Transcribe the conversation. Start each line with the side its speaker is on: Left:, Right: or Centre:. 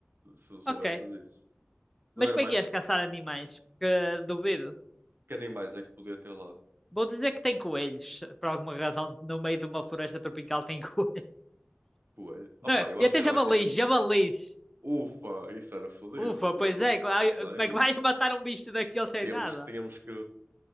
Right: se soubesses
Centre: Ok.
Right: isso. Mas
Centre: Mas
Right: era
Centre: como
Right: mais
Centre: é que ias caçar animais? Porque eh, duvido.
Right: que animais é que podia ter lá.
Centre: Vou dizer que tem coelhos. Por alguma razão, no meio de uma floresta tropical tem coelhos.
Right: Coelho.
Centre: <laughs>
Right: Opa,
Centre: Não,
Right: eu
Centre: E
Right: acho
Centre: até
Right: que era
Centre: javalis,
Right: mais tipo,
Centre: javalis.
Right: ufa, isso era fodido,
Centre: Ufa,
Right: foda-se,
Centre: pois é. co- ai,
Right: esquece lá
Centre: Como
Right: isso.
Centre: é que vais matar um bicho daquele sem
Right: Tínhamos,
Centre: nada?
Right: tínhamos que